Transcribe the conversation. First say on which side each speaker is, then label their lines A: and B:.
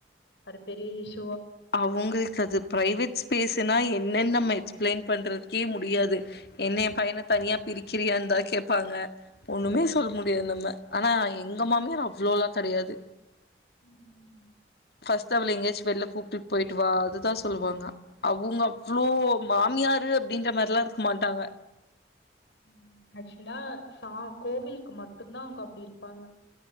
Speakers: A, on the left; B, on the left.
A: அது பெரிய இஷ்
B: அவங்களுக்கு அது பிரைவேட் ஸ்பேஸ்னா என்னென்ன நம்ம எக்ஸ்பிளைன் பண்றதுக்கே முடியாது என்ன என் பையன தனியா பிரிக்கிறியாந்தா கேப்பாங்க ஒண்ணுமே
A: அது
B: சொல்ல முடியாது நம்ம ஆனா எங்க மாமியார் அப் அவ்ளோலா கெடையாது
A: உம்
B: ஃபர்ஸ்ட் அவள எங்கயாச்சு வெள்ள கூப் ட்டுக்கு போயிட்டு வா அதுதா சொல்லுவாங்க அவங்க அவ்ளோ மாமியாரு அப்டின்ற மாரிலா இருக்க மாட்டாங்க
A: ம் ஆக்சுவலா ச கோவிலுக்கு மட்டும்தா அவங்க அப்டி இருப்பாங்க